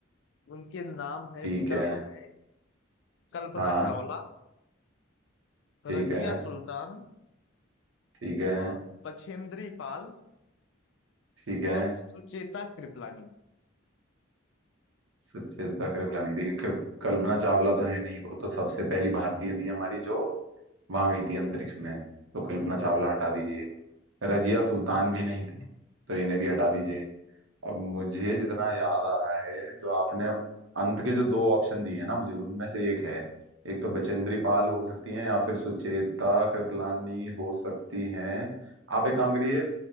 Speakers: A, on the left; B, on the right.
A: उनके नाम है
B: ठीक
A: विकल्प
B: है
A: है कल्पना
B: हाँ
A: चावला
B: ठीक
A: रजिया
B: है
A: सुल्तान
B: ठीक है
A: और बछेंद्री पाल
B: ठीक है
A: और सुचेता कृपलानी
B: सचेता कृपलानी देखिए कृप- कल्पना चावला तो है नहीं वो तो सबसे पहली भारतीय थी हमारी जो वहां गई थी अंतरिक्ष में तो कल्पना
A: हम्म,
B: चावला हटा दीजिए रजिया सुल्तान भी नहीं थी तो इन्हें भी हटा दीजिए अब मुझे जितना याद आ रहा है जो आपने अंत के जो दो ऑप्शन दिए हैं ना मुझे उनमें से एक है एक तो बचेंद्री पाल हो सकती हैं या फिर सुचेता कृपलानी हो सकती हैं आप एक काम करिए